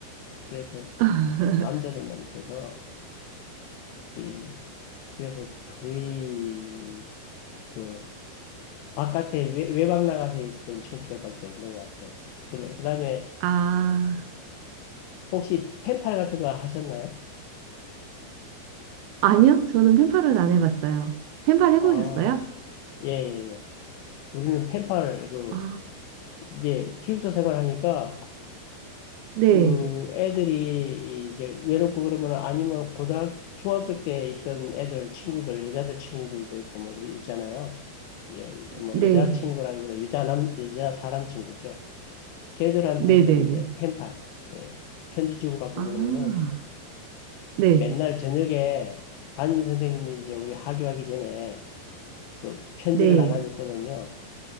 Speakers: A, on the left (about 90°); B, on the right (about 80°).
A: 그래서
B: <laughs>
A: 남자들만 있어서 이- 그래서 거의 그 바깥에 외, 외박 나가서 있었던 추억들밖에 없는 것 같아요. 그래, 그다음에
B: 아.
A: 혹시 펜팔 같은 거 하셨나요?
B: 아니요, 저는 펜팔을 안 해봤어요. 펜팔 해보셨어요?
A: 아, 예, 예, 예. 우리는 페팔 그
B: 아,
A: 이제 기숙사 생활하니까
B: 네,
A: 그 애들이 이제 외롭고 그러면 아니면 고등학 중학교 때 있던 애들 친구들 여자들 친구들도 있고 뭐 이- 있잖아요. 예, 뭐
B: 네,
A: 여자 친구라기보다 여자 남 여자 사람 친구죠. 걔들한테서
B: 네, 네, 네.
A: 이제 펜팔 예, 편지 주고받고
B: 아,
A: 그러면은
B: 네,
A: 맨날 저녁에 담임 선생님이 이제 우리 하교하기 전에 그 편지를
B: 네.
A: 나눠줬거든요.